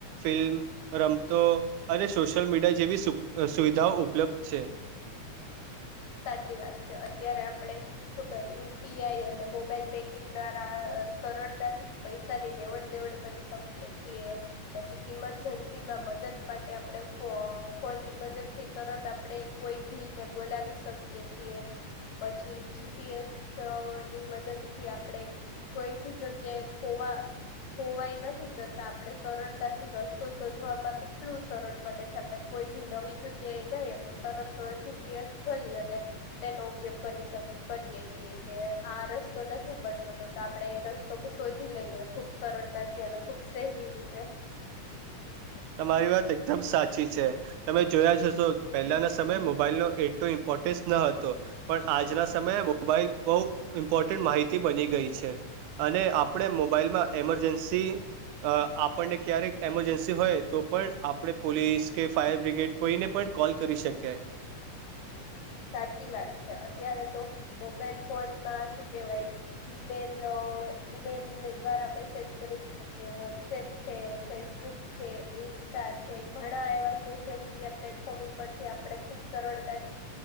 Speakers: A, on the right (about 85°); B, on the left (about 70°).
A: ફિલ્મ રમતો અને સોશિયલ મીડિયા. જેવી સુ સુવિધાઓ ઉપલબ્ધ છે.
B: સાચી વાત છે અત્યારે આપણે શું ક યુપીઆઈ અને મોબાઈલ બેંકિંગ દ્વારા. સરળતાથી પૈસાની લેવડ દેવડ કરી શકીએ છીએ પછી ઈમરજન્સીમાં. મદદ માટે આપડે ફો ફોન ની મદદ થી તરત આપડે કોઈ ભીને બોલાવી શ. કીએ છીએ પછી જીપીએસ ની મદદ થી આપણેે. કોઈ ભી જગ્યાએ ખોવા. ખોવાઈ નથી જતા આપડે સરળતાથી રસ્તો શોધવામાં કેટલું સરળ બને છે આપણે કોઈ નવી જગ્યા એ જાય તો તરત જ જી પી એશ ખોલી અને, તેનો ઉપયોગ કરી કરીએ છીએ કે આ રસ્તો નથી મળતો. આપડે એ રસ્તો શોધી લઈએ ખુબ સરળતાથી ખુબ સહેલી રીતે. હ <inaudible>
A: તમારી વાત એકદમ સાચી છે, તમે જોયા જશો પહેલાના સમયે મોબાઈલ ન એટલું ઇમ્પો ટેસ ન હતો, પણ આજના સમયે મોબાઈલ બહુ ઇમ્પોર્ટન્ટ માહિતી બની ગઈ છે. અને આપણે મોબાઈલમાં એમરજન્સી અ આપણને ક્યારેક એમરજન્સી હોય. તો પણ આપણે પોલીસ કે ફાયર બ્રિગેડ કોઈને પણ કોલ કરી શકીયે.
B: સાચી વાત છે અત્યારે તો, મોબાઈલ ફોનમાં શું કેવાય ઈમેલ અ ઈમેલ દ્વારા મેસેજ કરી શકીએ વોટ્સએપ છે ફેસબુક છે. ઇન્સ્ટા છે ઘણા એવા સોશિયલ મીડિયા પ્લેટફોર્મ ઉપરથી આપડે ખુબ સરળતાથી.